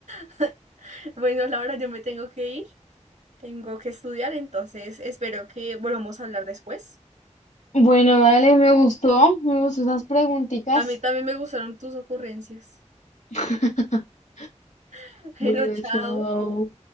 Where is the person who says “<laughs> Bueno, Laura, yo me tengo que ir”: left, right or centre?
Right